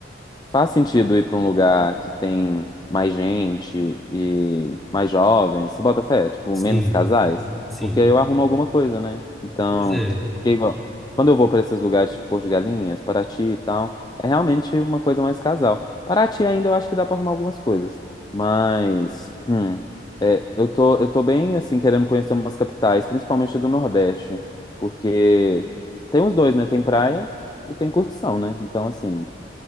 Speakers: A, on the left (about 20°); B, in the centre.
A: Faz sentido ir para um lugar que tem mais gente e mais jovens, se bota fé, tipo,
B: Sim,
A: menos casais,
B: sim.
A: porque aí eu arrumo alguma coisa, né? Então,
B: Pois é.
A: porque igual, quando eu vou para esses lugares, tipo Porto de Galinhas, Paraty e tal, é realmente uma coisa mais casal. Paraty ainda eu acho que dá para arrumar algumas coisas, mas hum, é, eu tô, eu tô bem, assim, querendo conhecer umas capitais, principalmente do Nordeste, porque tem os dois, né? Tem praia e tem curtição, né? Então, assim.